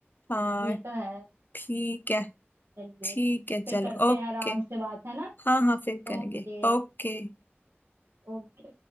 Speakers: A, on the left; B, on the right.
A: हाँ
B: ये तो है
A: ठीक है
B: चलिए
A: ठीक है चलो
B: फिर करते
A: ओके
B: हैं आराम से बात है ना
A: हाँ हाँ फिर करेंगे
B: Okay
A: ओके
B: okay